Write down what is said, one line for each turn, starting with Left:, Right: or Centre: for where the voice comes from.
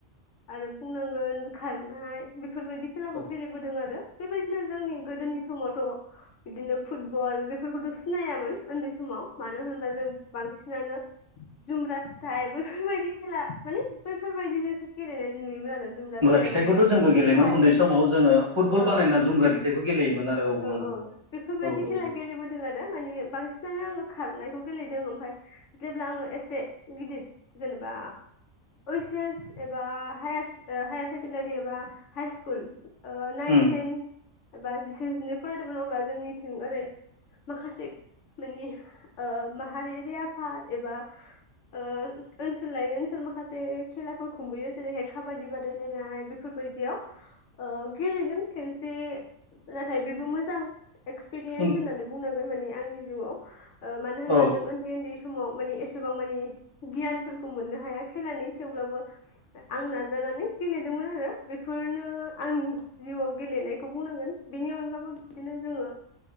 Left: आरो बुंनांगोन खारनाय बेफोरबायदि खेलाखौ
Right: औ-औ-औ-औ-औ-औ-औ-औ-औ-औ
Left: गेलेबोदों आरो। बेबायदिनो जोंनि गोदोनि समावथ'। बिदिनो फुटबल बेफोरखौथ' सिनायामोन उन्दै समाव मानो होनोबा जों बांसिन जुमब्रा फिथाइ बैफोरबायदि खेला माने बैफोरबायदि जोंसो गेलेनाय। नुयोमोन आरो जुमब्रा फिथाइ
Right: फिथाइखौथ' जोंबो
Left: <unintelligible> फिथाइ
Right: गेलेयोमोन उन्दै समाव जोङो फुटबल
Left: औ।
Right: बानायना जुमब्रा फिथाइखौ गेलेयोमोन आरो
Left: औ
Right: नंगौ।
Left: औ बेफोरबायदि
Right: औ औ औ
Left: खेला गेलेबोदों आरो मानानि बांसिन। आङो खारनायखौ गेलेदों ओमफ्राय जेब्ला आङो एसे गिदिर जेनेबा इस एस एबा ह हायार सेकेण्डारि एबा हाइ सकुल नाइन
Right: उम
Left: टेन एबा जिसे जिनै फरायदोंमोन अब्ला जोंनिथिं ओरै। माखासे मानि माहारियारि आफाद एबा ओ ओनसोल लायै ओनसोल माखासे खेलाफोर खुंबोयो जेरैहाय काबादि बादायलायनाय। बेफोरबायदियाव ओ गेलेदों खेनसे नाथाय बेबो मोजां। एक्सपिरियेन्स
Right: उम
Left: होननानै बुंनांगोन मानिे आंनि जिउआव मानो होनोबा
Right: औ
Left: जों उन्दै उन्दै। समाव म एसेबां मान गियानफोरखौ मोननो हाया खेलानि थेवब्लाबो आं न नानै गेलेदोंमोन आरो बेफोरनो आंनि जिउआव गेलेनायखौ बुंनांगोन। बेनि अनगाबबो बिदिनो जोङो